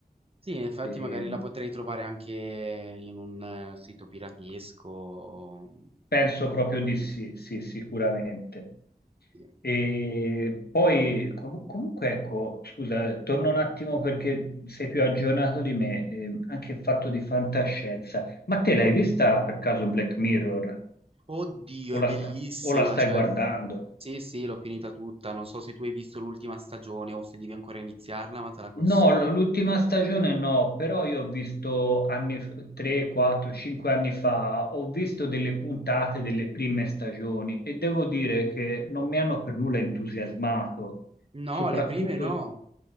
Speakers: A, on the right; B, on the left.
A: Sì, e infatti
B: Eh,
A: magari la potrei trovare anche in un eh, sito piratesco. o-
B: penso proprio di sì, sì, sicuramente.
A: sì.
B: E poi com- comunque ecco, scusa, torno un attimo perché sei più aggiornato di me, eh, anche il fatto di fantascienza. Ma te l'hai vista per caso Black Mirror?
A: Oddio, è
B: O
A: bellissima,
B: la, sta- o la stai
A: cioè,
B: guardando?
A: sì, sì, l'ho finita tutta. Non so se tu hai visto l'ultima stagione o se devi ancora iniziarla, ma te la consiglio.
B: No, l- l'ultima stagione no, però io ho visto anni, f- 3, 4, 5 anni fa, ho visto delle puntate delle prime stagioni e devo dire che non mi hanno per nulla entusiasmato,
A: No,
B: soprattutto...
A: le prime no.